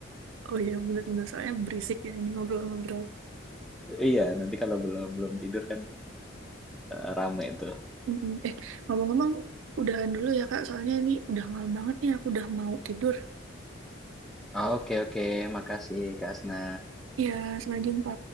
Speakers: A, on the right (about 80°); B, in the centre.
A: Oh iya bener-bener soalnya berisik ya ini ngobrol-ngobrol.
B: Iya, nanti kalau belum belum tidur kan eh, rame tuh.
A: Mm-mm. Eh ngomong-ngomong udahan dulu ya Kak soalnya ini udah malam banget nih aku udah mau tidur.
B: Oke, oke, makasih Kak Asna.
A: Ya sampai jumpa.